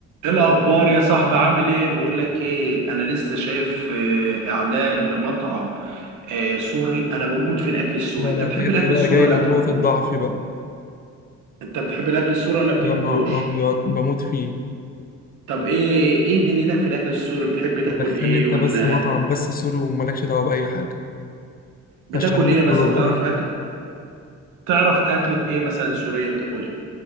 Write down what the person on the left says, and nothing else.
لا
لا
انت كده
بقى
جاي
على
نقطة ضعفي بقى
يا نهار أبيض بموت فيه
دخلني
انت
بس مطعم بس سوري ومالكش دعوة بأي حاجة
هشتغل
لك
بلوجر